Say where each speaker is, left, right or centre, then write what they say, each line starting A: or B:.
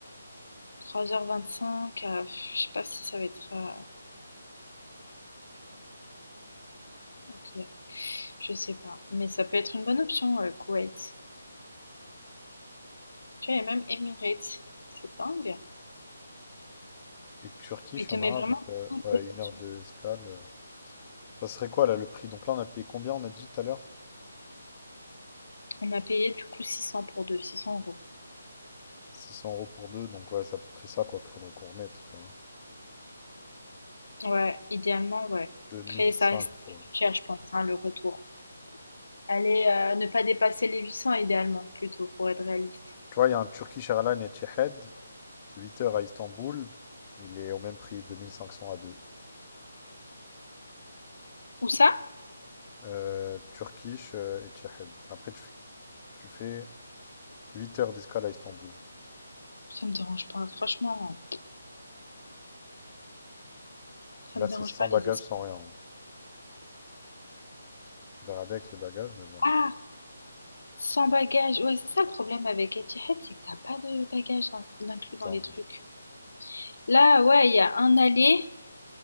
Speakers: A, on the left; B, on the left.
A: 3h25, euh, pff, je sais pas si ça va être... euh, ok, je sais pas. Mais ça peut être une bonne option, euh, Kuwait. Tu vois, il y a même Emirates, c'est dingue.
B: Et Turquie,
A: Il
B: il
A: te
B: y en
A: met
B: a
A: vraiment...
B: un avec euh,
A: tout
B: ouais,
A: le
B: une
A: dessus.
B: heure d'escale. euh. Ça serait quoi, là, le prix? Donc là, on a payé combien, on a dit tout à l'heure?
A: On a payé du coup 600 pour deux, 600 euros.
B: 600 euros pour deux, donc ouais, c'est à peu près ça quoi qu'il faudrait qu'on remette, tu vois.
A: Ouais, idéalement, ouais.
B: 2005,
A: Après, ça reste
B: quoi.
A: cher, je pense, hein, le retour. Allez, euh, ne pas dépasser les 800 idéalement, plutôt, pour être réaliste.
B: Tu vois, il y a un Turkish Airlines Etihad, 8 heures à Istanbul, il est au même prix, 2500 à deux.
A: Ou ça?
B: Euh, Turkish euh, Etihad. Après, tu fais, tu fais 8 heures d'escale à Istanbul.
A: Ça me dérange pas, franchement. Ça
B: Là,
A: me dérange
B: c'est sans
A: pas les
B: bagages,
A: escales.
B: sans rien. Je vais regarder avec les bagages, mais bon,
A: Ah! Sans bagage. Ouais, c'est ça le problème avec Etihad, c'est que t'as pas de bagage d'in- d'inclus
B: c'est
A: dans
B: dingue.
A: les trucs. Là, ouais, il y a un aller,